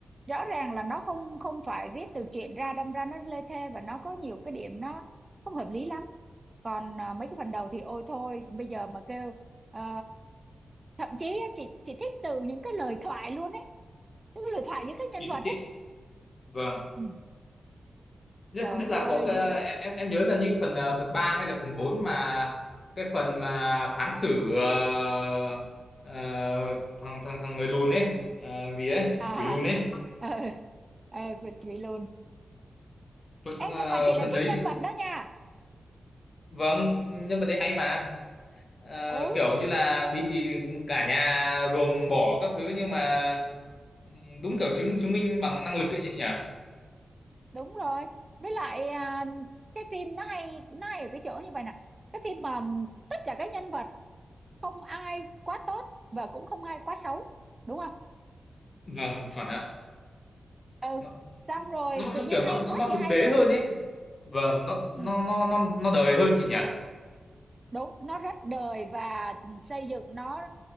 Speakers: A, on the right (about 30°); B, on the left (about 50°).
A: rõ ràng là nó không không phải viết từ truyện ra đâm ra nó lê thê và nó có nhiều cái điểm nó không hợp lý lắm còn à, mấy cái phần đầu thì ôi thôi bây giờ mà kêu ờ, thậm chí á, chị chị thích từ những cái lời thoại luôn ấy tức là lời thoại với các nhân
B: Chỉ
A: vật
B: với chị
A: ấy
B: vâng
A: ừ.
B: nhất
A: trời
B: nhất là
A: ơi
B: có cái-
A: nghe
B: em em em nhớ là như phần ờ, phần 3 hay là phần 4 mà cái phần mà phán xử ờ, ờ, thằng thằng thằng người lùn ấy ờ, gì ấy
A: à
B: quỷ lùn ấy
A: ờ ờ Việt Thúy luôn
B: Phần-
A: ê
B: ờ,
A: nhưng mà chị lại
B: phần
A: thích
B: đấy
A: nhân vật đó nha
B: vâng nhân vật đấy hay mà Ờ,
A: ừ
B: kiểu như là bị cả nhà ruồng bỏ các thứ nhưng mà ừm, đúng kiểu chứng chứng minh bằng năng lực ấy chị nhỉ
A: đúng rồi với lại à, cái phim nó hay nó hay ở cái chỗ như vậy nè cái phim mà tất cả các nhân vật không ai quá tốt và cũng không ai quá xấu đúng không
B: vâng chuẩn ạ
A: ừ
B: nó
A: xong rồi
B: nó, nó
A: tự nhiên
B: kiểu
A: hay
B: nó, nó
A: quá
B: nó
A: chị
B: thực
A: hay
B: tế
A: luôn
B: hơn ấy vâng nó
A: ừ
B: nó nó nó nó đời hơn chị nhỉ
A: đúng nó rất đời và xây dựng nó